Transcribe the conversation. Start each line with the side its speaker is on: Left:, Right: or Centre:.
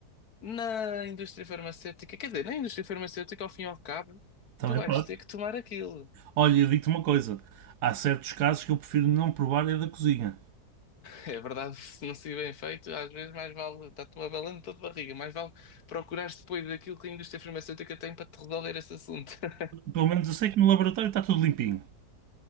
Left: Na indústria farmacêutica, quer dizer, na indústria farmacêutica, ao fim e ao cabo,
Right: Também
Left: tu vais
Right: pode.
Left: ter que tomar aquilo.
Right: Olha, eu digo-te uma coisa. Há certos casos que eu prefiro não provar é da cozinha.
Left: É verdade, <laughs> se não se bem feito, às vezes mais vale dar-te uma balanta de barriga, mais vale procurares depois daquilo que a indústria farmacêutica tem para te resolver esse assunto. <laughs>
Right: Pelo menos eu sei que no laboratório está tudo limpinho.